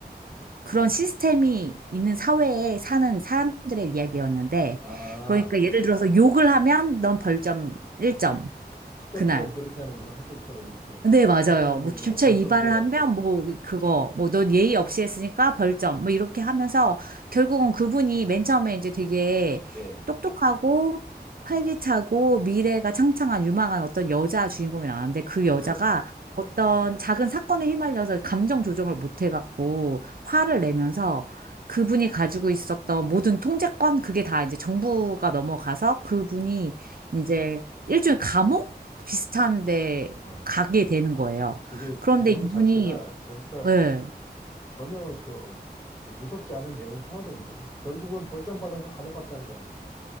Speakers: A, on the right; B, on the left.
A: 그런 시스템이 있는 사회에 사는 사람들의 이야기였는데,
B: 아,
A: 그러니까 예를 들어서 욕을 하면 넌 벌점 1점,
B: 학교처럼
A: 그날.
B: 그렇게 하는구나. 학교처럼 이렇게
A: 네, 맞아요.
B: 선생님이
A: 뭐 주차
B: 뭐 벌점
A: 위반을
B: 줘가지고.
A: 하면 뭐
B: 예,
A: 그거 뭐 넌 예의 없이 했으니까 벌점 뭐 이렇게 하면서 결국은 그분이 맨 처음에 이제 되게
B: 예,
A: 똑똑하고 활기차고 미래가 창창한 유망한 어떤 여자 주인공이 나왔는데 그 여자가
B: 네,
A: 어떤
B: 예.
A: 작은 사건에 휘말려서 감정 조정을 못 해갖고 화를 내면서 그분이 가지고 있었던 모든 통제권 그게 다 이제 정부가 넘어가서 그분이 이제 일종의 감옥 비슷한데
B: 아,
A: 가게
B: 진짜
A: 되는 거예요.
B: 그게
A: 그런데
B: 내용
A: 이분이,
B: 자체가 보니까
A: 예.
B: 전혀 저 그 무섭지 않은 내용이 하나도 없네요. 결국은 벌점 받아서 감옥 갔다는 거 아니에요?